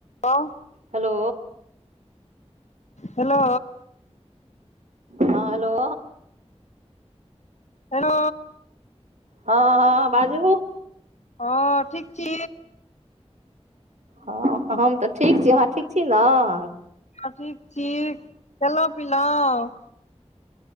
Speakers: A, on the left (about 85°); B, on the right (about 85°).
A: हँ
B: हेलो
A: हेलो
B: हँ हेलो
A: हेलो
B: हँ हँ बाजू
A: हँ ठीक छी
B: हँ हम तऽ ठीक छी अहाॅं ठीक छी नऽ।
A: हँ ठीक छी खेलौं पिलौं।